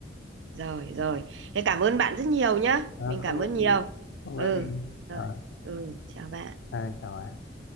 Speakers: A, on the right; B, on the left.
A: Rồi rồi Thế cảm ơn bạn rất nhiều nhá
B: Ờ,
A: Mình cảm
B: không có
A: ơn nhiều
B: gì không có
A: Ừ
B: gì
A: rồi
B: ờ
A: Ừ chào bạn
B: à, chào bạn